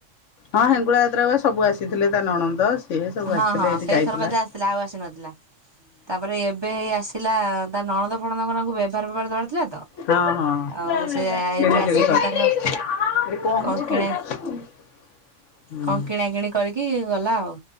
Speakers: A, on the left; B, on the right.
A: ହଁ ହେଙ୍ଗୁଳା ଯାତ୍ରାକୁ ବା ସବୁ ଆସିଥିଲେ ତା ନଣନ୍ଦ ସିଏ ସବୁ
B: ହଁ
A: ଆସିଥିଲେ
B: ହଁ
A: ଏଇଠି
B: ସେଇଥରକ
A: ଯାଇଥିଲା। ହୁଁ
B: ଯାହା ଆସିଥିଲା ଆଉ ଆସି ନଥିଲା। ତାପରେ ଏବେ ଏଇ ଆସିଲା ତା ନଣନ୍ଦ ଫଣନ୍ଦଙ୍କ ନାଙ୍କୁ ବେଭାର ଫେଭାର ଦବାର ଥିଲା ତ
A: ହଁ
B: ଆଉ
A: ହଁ।
B: ସେ ଏଇଠି
A: ଏଇ
B: ଆସିକି ତାଙ୍କ
A: କଣ ହଉଛି
B: କଣ କିଣା
A: କି? ହୁଁ
B: କଣ କିଣା କିିଣି କରିକି ଗଲା ଆଉ।